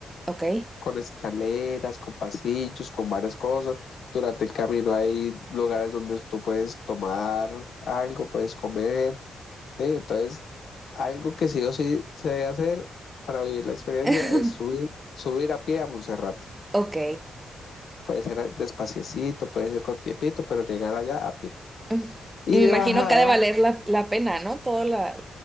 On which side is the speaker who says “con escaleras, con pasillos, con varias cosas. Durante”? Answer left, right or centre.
Left